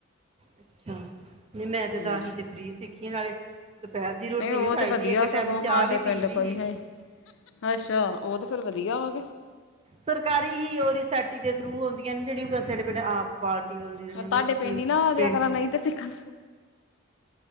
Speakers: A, on the right; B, on the left.
A: ਅੱਛਾ ਨਹੀਂ ਮੈਂ ਜਦਾਸੀ
B: ਹਮ
A: ਤੇ ਫਰੀ ਸਿੱਖੀ ਨਾਲੇ ਦੁਪਹਿਰ ਦੀ ਰੋਟੀ
B: ਨਹੀਂ ਉਹ
A: ਵੀ ਖਾਈ
B: ਤੇ ਵਧੀਆ
A: ਦੀ ਇੱਕ
B: ਸਗੋਂ
A: ਟਾਈਮ ਚਾਹ
B: ਸਾਡੇ
A: ਵੀ
B: ਪਿੰਡ
A: ਪੀ ਦੀ
B: ਕੋਈ
A: ਸੀ
B: ਹੈ ਅੱਛਾ ਉਹ ਤੇ ਫੇਰ ਵਧੀਆ ਹੋ
A: ਸਰਕਾਰੀ ਹੀ ਉਹ ਰਿਸਾਇਟੀ ਦੇ ਥਰੂ ਹੁੰਂਦੀਆਂ ਨੇ ਜਿਹੜੀਆਂ ਸੜੇ ਪ ਆਪ ਪਾਲ ਕੇ ਵੱਲਦੀ ਰਹਿੰਣੀ
B: ਤੁਹਾਡੇ
A: ਉਹ
B: ਪਿੰਡ
A: ਕੀ
B: ਹੀ ਨਾ ਆ ਜਿਆ
A: ਪਿੰਡ
B: ਕਰਾਂ ਨਹੀਂ ਤੇ ਸਿੱਖਣ